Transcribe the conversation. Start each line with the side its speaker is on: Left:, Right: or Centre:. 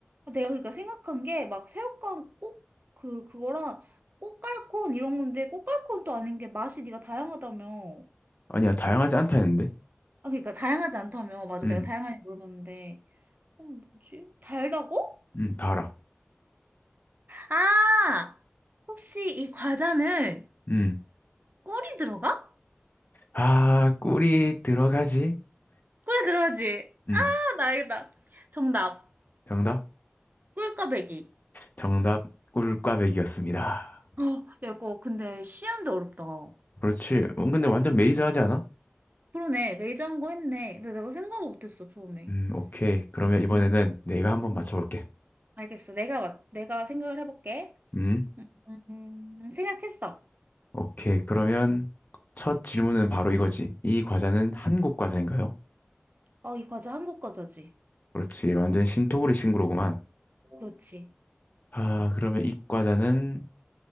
Right: 내가 그러니까 생각한 게 막 새우깡 꼭 그 그거랑 꼬깔콘 이런 건데 꼬깔콘도 아닌 게 맛이 네가 다양하다며. 뭐,
Left: 아니야, 다양하지 않다 했는데?
Right: 아 그러니까 다양하지 않다며. 맞아.
Left: 음.
Right: 내가 다양하게 물어봤는데. 어, 뭐지? 달다고?
Left: 음, 다 알아.
Right: 아! 혹시 이 과자는
Left: 음.
Right: 꿀이 들어가?
Left: 아, 꿀이 들어가지?
Right: 꿀 들어가지?
Left: 음.
Right: 아, 나 알겠다. 정답.
Left: 정답?
Right: 꿀꽈배기.
Left: 정답, 꿀꽈배기였습니다.
Right: 어, 야, 이거 근데 쉬운데 어렵다. 어,
Left: 그렇지. 음, 근데 완전 메이저하지 않아?
Right: 그러네. 매장고 했네. 근데 내가 생각을 못했어, 처음에.
Left: 음, 오케이. 그러면 이번에는
Right: 음,
Left: 내가 한번 맞춰볼게.
Right: 음. 알겠어. 내가, 맞- 내가 생각을 해볼게.
Left: 음,
Right: 음, 생각했어.
Left: 오케이. 그러면 첫 질문은 바로 이거지. 이 과자는 한국 과자인가요?
Right: 어, 이 과자 한국 과자지.
Left: 그렇지. 완전 신토부리 신구로구만.
Right: 그렇지.
Left: 아, 그러면 이 과자는